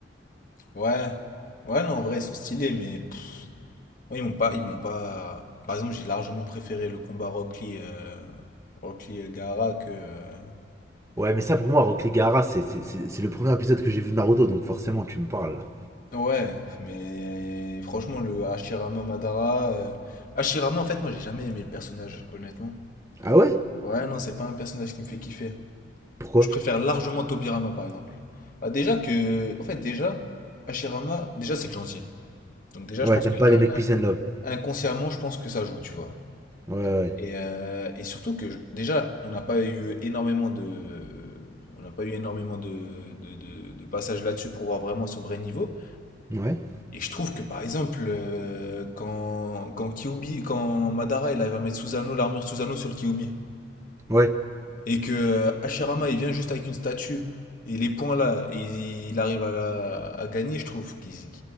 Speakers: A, on the left; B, on the right.
A: Ouais. Ouais, non, en vrai, ils sont stylés, mais. Ouais, ils m'ont pas, ils m'ont pas. Par exemple, j'ai largement préféré le combat Rock Lee, euh, Rock Lee Elgara que. euh,
B: Ouais, mais ça pour moi, Rock Lee Gaara, c'est c'est- c'est- c'est le premier épisode que j'ai vu de Naruto, donc forcément tu me parles là.
A: Ouais, mais franchement, le Hashirama Madara. euh, Hashirama, en fait, moi, j'ai jamais aimé le personnage, honnêtement.
B: Ah ouais?
A: Ouais, non, c'est pas un personnage qui me fait kiffer.
B: Pourquoi?
A: Je préfère largement Tobirama, par exemple. Bah, déjà que. En fait, déjà, Hashirama, déjà, c'est le gentil. Donc, déjà,
B: Ouais,
A: je pense
B: t'aimes
A: que.
B: pas
A: un-
B: les mecs
A: un-
B: Peace and Love.
A: inconsciemment, je pense que ça joue, tu vois.
B: Ouais, ouais.
A: Et, euh, et surtout que je- déjà, on n'a pas eu énormément de, on n'a pas eu énormément de, de, de- de passages là-dessus pour voir vraiment son vrai niveau.
B: Ouais?
A: Et je trouve que par exemple, euh, quand, quand Kyuubi, quand Madara il arrive à mettre Susanoo, l'armure Susanoo sur le Kyuubi,
B: Ouais,
A: et que euh, Hashirama il vient juste avec une statue et les points là, et il arrive à, la- à gagner, je trouve qu'ils